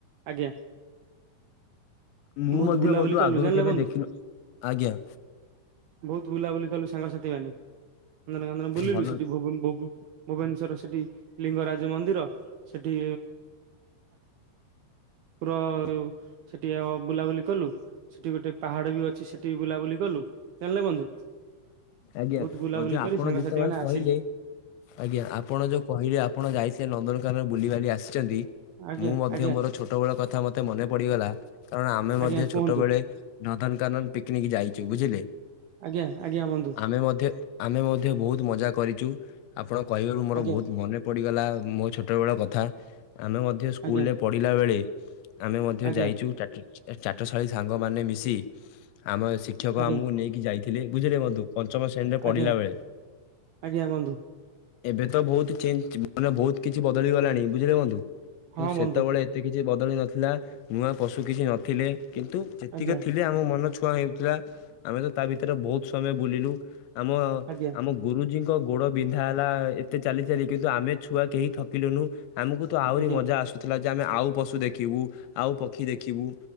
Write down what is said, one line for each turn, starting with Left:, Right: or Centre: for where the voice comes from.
Right: ଆଜ୍ଞା।
Left: ମୁଁ
Right: ବହୁତ
Left: ମଧ୍ୟ
Right: ବୁଲାବୁଲି
Left: ବନ୍ଧୁ
Right: କଲୁ
Left: ଆଗରୁ
Right: ଜାଣିଲେ
Left: କେବେ
Right: ବନ୍ଧୁ
Left: ଦେଖିନଥିଲି ଆଜ୍ଞା।
Right: ବହୁତ ବୁଲାବୁଲି କଲୁ ସାଙ୍ଗସାଥି ମାନେ ନନ୍ଦନ କାନନ ବୁଲିଲୁ
Left: ଭଲ
Right: ସେଠି ଭବୁ ଭବୁ ଭୁବନେସ୍ୱର ସେଠି ଲିଙ୍ଗରାଜ ମନ୍ଦିର ସେଠି ପୁର ଯୋଉ ସେଠି ବୁଲାବୁଲି କଲୁ। ସେଠି ଗୋଟେ ପାହାଡ ବି ଅଛି ସେଠି ବି ବୁଲାବୁଲି କଲୁ ଜାଣିଲେ ବନ୍ଧୁ।
Left: ଆଜ୍ଞା
Right: ବହୁତ ବୁଲାବୁଲି
Left: ମଧ୍ୟ
Right: କରି
Left: ଆପଣ
Right: ସାଙ୍ଗସାଥି
Left: ଯେତେବେଳେ
Right: ମାନେ ଆସିଲୁ
Left: କହିଲେ। ଆଜ୍ଞା ଆପଣ ଯୋଉ କହିଲେ ଆପଣ ଯାଇଥିଲେ ନନ୍ଦନକାନନ ବୁଲି ବୁଲି ଆସିଛନ୍ତି।
Right: ଆଜ୍ଞା
Left: ମୁଁ ମଧ୍ୟ
Right: ଆଜ୍ଞା
Left: ମୋର ଛୋଟବେେଳ କଥା ମତେ ମନେ ପଡିଗଲା କାରଣ ଆମେ
Right: ଆଜ୍ଞା
Left: ମଧ୍ୟ
Right: କୁହନ୍ତୁ।
Left: ଛୋଟବେଳେ ନଦନକାନନ ପିକନିକ ଯାଇଛୁ ବୁଝିଲେ?
Right: ଆଜ୍ଞା ଆଜ୍ଞା ବନ୍ଧୁ।
Left: ଆମେ ମଧ୍ୟ ଆମେ ମଧ୍ୟ ବହୁତ ମଜା କରିଛୁ। ଆପଣ କହିବାରୁ ମୋର
Right: ଆଜ୍ଞା
Left: ବହୁତ ମନେ ପଡିଗଲା ମୋ ଛୋଟବେେଳ କଥା। ଆମେ ମଧ୍ୟ ସ୍କୁଲରେ
Right: ଆଜ୍ଞା
Left: ପଢିଲା ବେଳେ ଆମେ ମଧ୍ୟ
Right: ଆଜ୍ଞା
Left: ଯାଇଛୁ। ଚାଟଶାଳୀ ସାଙ୍ଗମାନୋନେ ମିଶି ଆମ ଶିକ୍ଷକ
Right: ଆଜ୍ଞା
Left: ଆମକୁ ନେଇକି ଯାଇଥିଲେ। ବୁଝିଲେ? ମଧ୍ୟ ପଞ୍ଚମ ଶ୍ରେଣୀରେ ପଢିଲା
Right: ଆଜ୍ଞା
Left: ବେଳେ।
Right: ଆଜ୍ଞା ବନ୍ଧୁ।
Left: ଏବେ ତ ବହୁତ ଚେଞ୍ଜ, ମାନେ ବହୁତ କିଛି ବଦଳିଗଲାଣି ବୁଝିଲେ ବନ୍ଧୁ, କିନ୍ତୁ
Right: ହଁ
Left: ସେତେବେଳେ
Right: ବନ୍ଧୁ
Left: ଏତେ କିଛି ବଦଳି ନଥିଲା, ନୂଆ ପଶୁ କିଛି ନଥିଲେ, କିନ୍ତୁ ଯେତିକି
Right: ଆଜ୍ଞା
Left: ଥିଲେ ଆମ ମନ ଛୁ ଛୁଇଁ ଯାଉଥିଲା, ଆମେ ତ ତା ଭିତରେ ବହୁତ ସମୟ ବୁଲିଲୁ ଆମ
Right: ଆଜ୍ଞା
Left: ଆମ ଗୁରୁଜୀ ଙ୍କ ଗୋଡ ବିନ୍ଧା ହେଲା ଏତେ ଚାଲି ଚାଲି କିନ୍ତୁ ଆମେ ଛୁଆ କେହି ଥକିଲୁନୁ। ଆମକୁ ତ ଆହୁରି
Right: ଆଜ୍ଞା
Left: ମଜା ଆସୁଥିଲା ଯେ ଆମେ ଆଉ ପଶୁ ଦେଖିବୁ ଆଉ ପକ୍ଷୀ ଦେଖିବୁ।